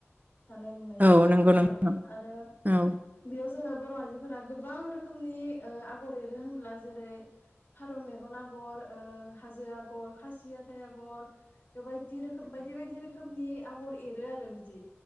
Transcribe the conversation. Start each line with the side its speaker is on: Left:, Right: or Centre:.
Left: थानाय लुनायजों
Right: औ नंगौ नोंथां
Left: औ आरो
Right: औ
Left: बेयाव जोङो। बर' आइजोफोरा गोबां रोखोमनि ओ आगर एरो होनब्ला जेरै फारौ मेगन आगर ओ हाजो आगर खासि आ आगर। बे बायदि रोखोम बायदि बायदि रोखोमनि आगर एरो आरो बिदि